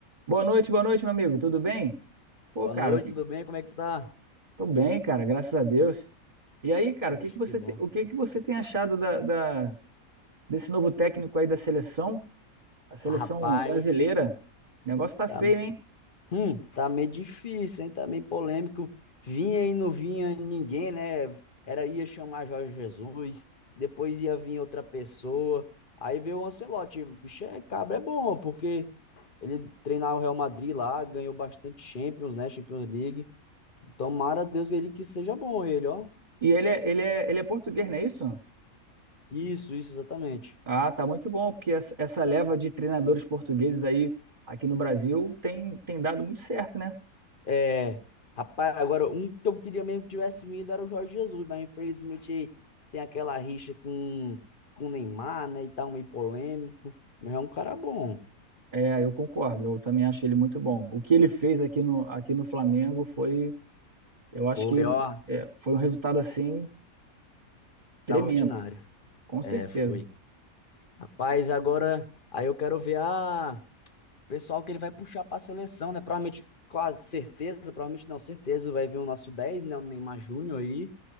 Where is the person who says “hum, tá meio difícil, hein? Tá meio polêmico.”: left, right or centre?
Left